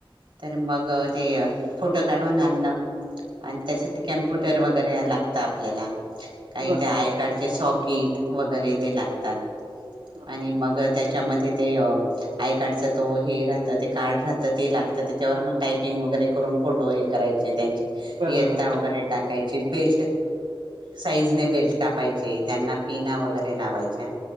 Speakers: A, on the right; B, on the right.
A: तर मग ते फोटो काढून आणण आणि त्यासाठी कम्प्युटर वगैरे लागत. आपल्याला. काही
B: बरोबर.
A: त्या आयकाडचे सॉफ्ट- कीट वगैरे ते लागतात.
B: हां,
A: आणि
B: हां.
A: मग त्याच्यामध्ये. ते आय कार्डच तो हे राहत ते कार्ड राहतं ते लागतं त्याच्यावर मग टायपिंग वगैरे करून फोटो हे कराय. त्यांची
B: बरोबर.
A: येता वगरे टा. टाकायची पे साईजने बेल्ट कापायचे त्यांना पिना वगैरे लावायच्या.